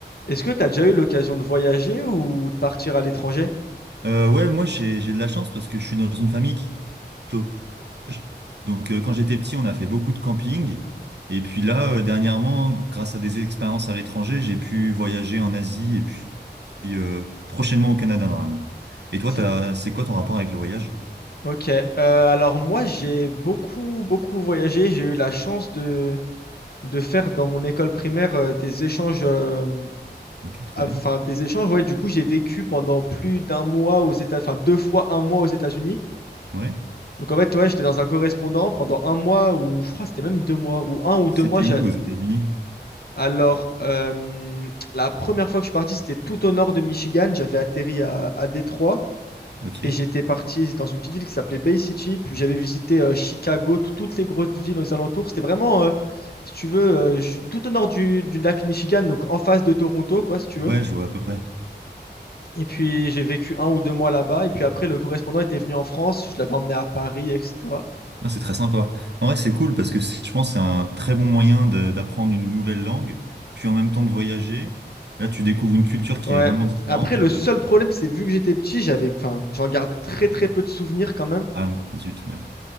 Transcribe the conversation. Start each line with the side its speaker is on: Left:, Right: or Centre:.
Left: Est-ce que tu as déjà eu l'occasion de voyager ou de partir à l'étranger?
Right: Euh, ouais, moi j'ai j'ai de la chance parce que je suis dans une famille qui est au village. Donc euh, quand j'étais petit, on a fait beaucoup de camping. Et puis là, euh, dernièrement, grâce à des expériences à l'étranger, j'ai pu voyager en Asie et puis puis, euh, prochainement au Canada normalement. Et toi,
Left: C'est-
Right: t'as, c'est quoi ton rapport avec le voyage?
Left: Ok. Euh, alors moi, j'ai beaucoup, beaucoup voyagé. J'ai eu la chance de, de faire dans mon école primaire euh, des échanges. euh,
Right: Ok, trop
Left: Enfin,
Right: bien.
Left: des échanges, ouais. Du coup, j'ai vécu pendant plus d'un mois aux États, enfin deux fois un mois aux États-Unis.
Right: Ouais.
Left: Donc en fait, ouais, j'étais dans un correspondant pendant un mois ou je crois que c'était même deux mois ou un ou deux
Right: C'était
Left: mois. j'a-
Right: où aux États-Unis?
Left: Alors euh, la première fois que je suis parti, c'était tout au nord de Michigan. J'avais atterri à, à Détroit
Right: Ok.
Left: et j'étais parti dans une petite ville qui s'appelait Bay City. Puis j'avais visité euh, Chicago, tout- toutes les grosses villes aux alentours. C'était vraiment, euh, si tu veux, euh, ju- tout au nord du, du lac Michigan, donc en face de Toronto, quoi, si tu veux.
Right: Ouais, je vois à peu près.
Left: Et puis j'ai vécu un ou deux mois là-bas. Et puis après, le correspondant était venu en France. Je l'avais emmené à Paris, etc.
Right: Ah, c'est très sympa. En vrai, c'est cool parce que c'est- je pense que c'est un très bon moyen de- d'apprendre une nouvelle langue, puis en même temps de voyager. Là, tu découvres une culture qui
Left: Ouais.
Right: est vraiment différente.
Left: Après, le seul
Right: Euh, je-
Left: problème, c'est vu que j'étais petit, j'avais, enfin, j'en garde très très peu de souvenirs quand même.
Right: Ah, zut. ouais.